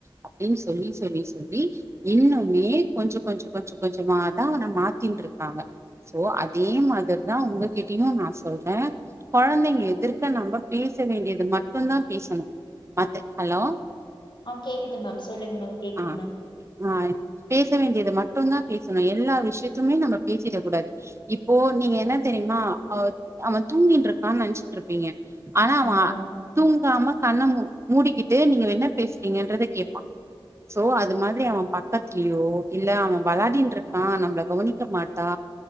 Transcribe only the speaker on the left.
ஆ கேக்குது மேம் சொல்லுங்க மேம் கேக்குது
மேம்
ஆமா
மேம்